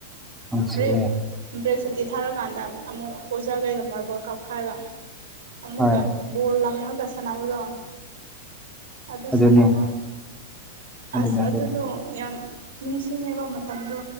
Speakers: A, in the centre; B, on the right.
A: ꯅꯨꯡꯁꯤꯌꯦ
B: ꯕ꯭ꯔꯦꯛ ꯕ꯭ꯔꯦꯛ ꯁꯨꯇꯤ ꯊꯥꯔꯀꯥꯟꯗ ꯑꯃꯨꯛ ꯑꯣꯖꯥꯈꯩꯒ ꯃꯥꯔꯕꯜ ꯀꯥꯞꯈꯥꯏꯒ ꯑꯃꯨꯛꯀ
A: ꯍꯣꯏ
B: ꯕꯜꯣ ꯂꯪꯉꯒ ꯁꯥꯟꯅꯕꯗꯣ ꯑꯗꯨ
A: ꯑꯗꯨꯅꯤ
B: ꯁꯥꯟꯅꯕ
A: ꯑꯗꯨꯅꯤ
B: ꯑꯁ
A: ꯑꯗꯨꯅꯤ
B: ꯑꯗꯨꯗꯣ ꯌꯥꯝ ꯅꯤꯡꯁꯤꯡꯉꯦꯕ ꯃꯇꯝꯗꯨ